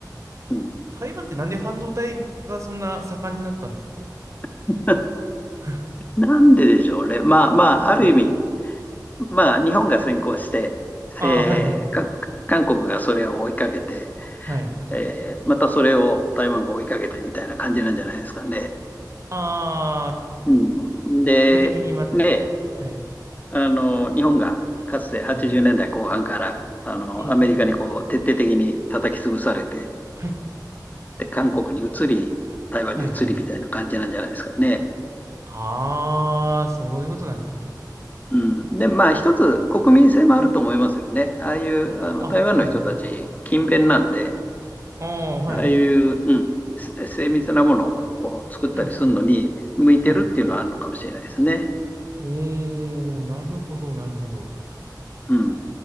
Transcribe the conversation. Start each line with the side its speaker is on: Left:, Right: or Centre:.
Left: うん、
Right: 台湾ってなんで半導体がそんな盛んになったんですか
Left: <laughs>
Right: <laughs>
Left: なんででしょうね。まあまあ、ある意味、
Right: はい
Left: まあ日本が先行して、
Right: ああ、
Left: えーか韓国がそれを追いかけて、
Right: はいはい。はい。
Left: えーまたそれを台湾が追いかけてみたいな感じなんじゃないですかね。
Right: ああ、
Left: うん、で、
Right: 目的にまた、
Left: ね、
Right: はい。
Left: あの、日本がかつて80年代後半から、
Right: うん。
Left: あの、
Right: いい、
Left: アメリカにこう、
Right: い <laughs> い。
Left: 徹底的に叩き潰されて、
Right: はい。
Left: で、韓国に移り、台湾に移りみたいな感じなんじゃないですかね。
Right: はいはい。ああ、そういうことなんですね。
Left: うんうん、で、まあ、
Right: あ
Left: 一つ国民性もあると思いますよね。
Right: あ、はい。
Left: ああいうあの台湾の人たち、
Right: あ、はいはい。
Left: 勤勉なんで、
Right: ああ、はい。
Left: ああいう、うん、せ精密なものをこう作ったりするのに向いてるっていうのはあるのかもしれないですね。
Right: うん、うん。はい。おー、なるほど、なるほど。
Left: うん。